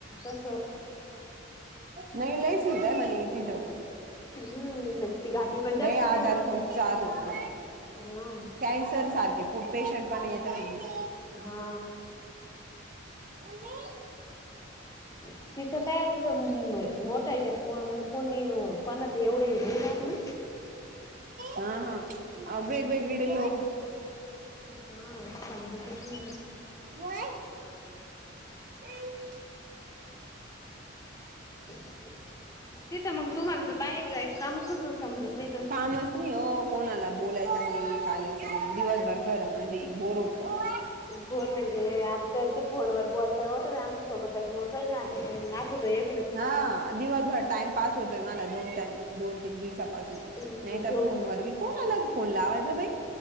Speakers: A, on the left; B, on the right.
A: तसं
B: नाही लय सुविधा आहे म्हणे तिथं.
A: हम्म. ती घाटी पण जास्तच
B: लय आजाराचा
A: मोठी म्हणतात
B: उपचार होतो म्हणे
A: न हा.
B: कॅन्सर सारखे पेशंट पण येते म्हणली.
A: हा.
B: <unintelligible>
A: <inaudible> तिथं काय आता मोठं आहे, त्याच्यामुळे मग कोणी कोणाचं एवढंही नाही राहात ना.
B: हा, हा, वेगवेगळी इकड लोक.
A: हा, समजतच नाही ना.
B: व्हय
A: <inaudible> तिथं मग तुम्हाला तर बाहेर जायचं कामच नसल समजत नाही तर.
B: कामच नाही हो, कोणाला बोलायच नाही, चालायच नाही. दिवसभर घरामध्ये बोर होतो न.
A: भोरं म्हणजे, आता ततर फोनवर बोलतय होत. आमच्या सोबतच मग, काही नाही वाटत एक
B: हा दिवसभर टाइम पास होतोय, मला दोन तन दोन, तीन दिवसापासन.
A: असेल
B: नाही तर
A: झोप
B: फोनवर मी कोणला फोन लावायच बाई.